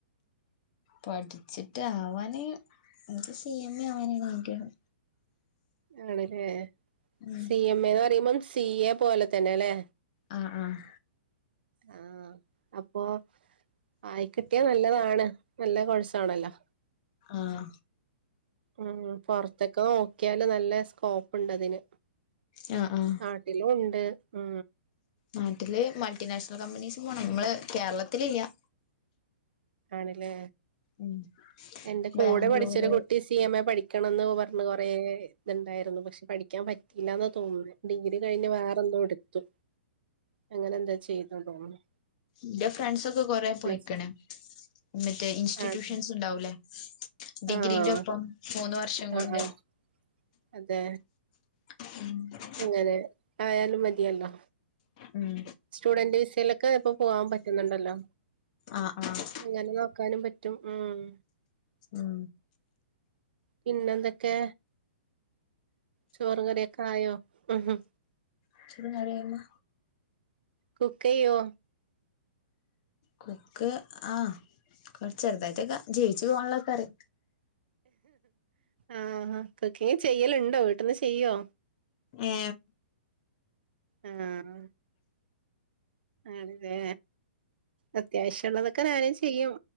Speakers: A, on the left; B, on the right.
A: പഠിച്ചിട്ട് ആവാന് ഇൻക്ക് സി എം എ ആവാനാണ് ആഗ്രഹം.
B: ആണ് ല്ലേ
A: ഉം
B: സി എം എ ന്ന് പറയുമ്പം സി എ പോലെ തന്നെ അല്ലേ
A: ആഹ് ആഹ്
B: ആഹ് അപ്പോ ആയിക്കിട്ടിയാ നല്ലതാണ് നല്ല കോഴ്സ്സാണല്ലോ?
A: ആഹ്.
B: ഉ പുറത്തക്കെ നോക്കിയാല് നല്ല സ്കോപ്പ് ഉണ്ട് അതിന്.
A: യാ ആഹ്
B: നാട്ടിലും ഉണ്ട് ഉ.
A: നാട്ടില് മൾട്ടിനാഷണൽ കമ്പനീസ് പോണം മ്മള് കേരളത്തിലില്ല്യാ.
B: ആണ്ലെ
A: ഉം
B: എന്റെ കൂടെപഠിച്ചൊരു
A: ബാംഗ്ലൂര്
B: കുട്ടി സ് സി എം എ പഠിക്കണമെന്ന് പറഞ്ഞ് കൊറെ ഇത് ഇൻണ്ടായിരുന്നു. പക്ഷെ പഠിക്കാൻ പറ്റില്ലാന്ന് തോന്നുന്നു. ഡിഗ്രി കഴിഞ്ഞ് വേറെ എന്തോ എടുത്തു. അങ്ങനെ എന്താ ചെയ്തു തോന്നുന്നു.
A: ഇന്റെ ഫ്രണ്ട്സ് ഒക്കെ കൊറേ
B: പ്ലസ്
A: പോയിക്ക്ണ് എന്നിട്ട് ഇൻസ്റ്റിറ്റ്യൂഷൻസ്
B: ആഹ്
A: ഉണ്ടാവൂലേ ഡിഗ്രീന്റെ
B: ആഹ്
A: ഒപ്പം മൂന്ന് വർഷം
B: ആഹ്
A: കൊണ്ട്.
B: ആഹ് അതെ
A: <inaudible>
B: ങ്ങനെ ആയാലുംമതിയല്ലോ.
A: ഉം.
B: സ്റ്റുഡന്റ് വിസയിലൊക്കെപ്പോ പോവാൻ പറ്റുന്നുണ്ടല്ലോ.
A: ആഹ് ആഹ്
B: ഇങ്ങനെ നോക്കാനും പറ്റും ഉം
A: ഉം.
B: പിന്ന എന്തക്കെ ചോറും കറിയൊക്കെ ആയോ ഉ.
A: ഇച്ചിരി നിറയുമ്പ
B: കുക്കെയ്യോ?
A: കുക്ക് ആ കൊറ ചെറുതായിട്ടൊക്കെ ജീവിച്ചു പോകാനുള്ളൊക്കെ അറിയ
B: ആഹ് കുക്കിങ്ചെയ്യല്ണ്ടോ വീട്ട്ന്ന് ചെയ്യോ?
A: ഏ
B: ആഹ് ആണ് ല്ലേ അത്യാവശ്യം ഉള്ളതൊക്കെ നാനും ചെയ്യും